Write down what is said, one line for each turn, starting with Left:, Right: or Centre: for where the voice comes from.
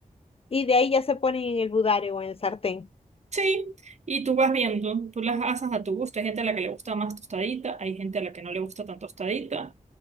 Left: Y de ahí ya se ponen en el budare o en el sartén.
Right: Sí, y tú vas viendo, tú las asas a tu gusto. Hay gente a la que le gusta más tostadita, hay gente a la que no le gusta tan tostadita.